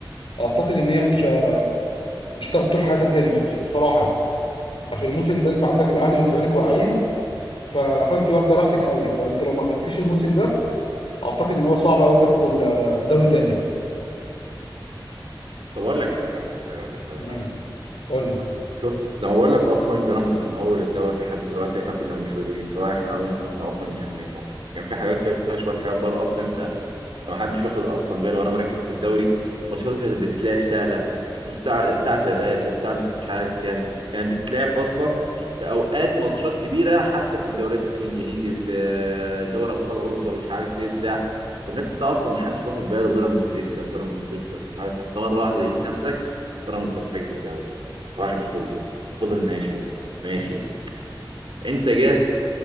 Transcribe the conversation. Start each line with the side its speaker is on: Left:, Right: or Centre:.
Left: اعتقد ان هي مش مش هتاخد طول حياتها تاني بص- بصراحه يعني عشان الموسم ده انت عندك الاهلي والزمالك واقعين ف... فانت واخده راحتك قوي فانت لو ما خدتيش الموسم ده اعتقد ان هو صعب قوي تاخد ال- الدوري تاني يعني
Right: طب اقول لك حاجه اقول لك حاجه اقول لك حاجه بالله
Left: امم
Right: عليك
Left: قول لي
Right: شفت زي ما بقول لك اصلا بيراميدز من اول الدوري لحد دلوقتي احنا كنا منشغلين سواء احنا او انتوا كنا اصلا منشغلين بره كان في حاجات كده شويه حاجات بره اصلا انت فمحدش واخد اصلا باله وانا مركز في الدوري ماتشاته كانت بتتلعب سهله والساعه الساعه 3 الساعه مش عارف كام كانت بتتلعب اصلا في اوقات ماتشات كبيره حتى في الدوريات الانجليزي في دوري ابطال اوروبا مش عارف ايه بتاع والناس انت اصلا محدش واخد باله بيراميدز بيكسب بيراميدز بيخسر مش عارف انت مره واحده لقيت نفسك بيراميدز راكب الدوري صباح الفل وفضل ماشي ماشي انت جه